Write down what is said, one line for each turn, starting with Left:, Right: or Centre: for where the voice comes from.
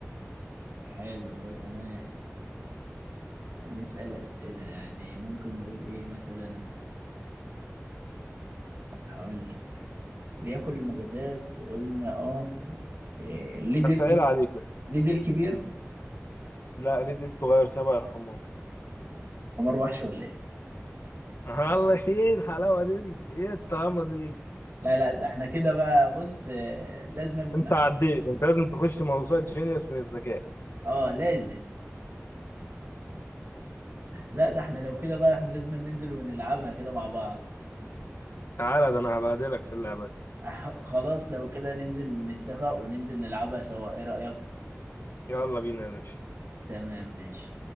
Right: حلو تمام نسأل أسئلة يعني ممكن نقول ايه مثلا هقول لك بياكل نباتات قلنا اه إيه، ليه ديل
Left: هسهل
Right: كب-
Left: عليك
Right: ليه ديل كبير
Left: لا ليه دي الصغير شبه الحمار
Right: حمار وحش ولا ايه
Left: <laughs> الله ايه الحلاوة دي ايه الطعمة دي
Right: لا لا ده احنا كده بقى بص إيه، لازم نخم...
Left: انت عديت انت لازم تخش موسوعة جينيوس من الذكاء
Right: اه لازم لا ده احنا لو كده بقى احنا لازم ننزل ونلعبها كده مع بعض
Left: تعالى ده انا هبهدلك في اللعبة دي
Right: <laughs> آه، خلاص لو كده ننزل نتفق وننزل نلعبها سوا ايه رأيك
Left: يلا بينا يا باشا
Right: تمام ماشي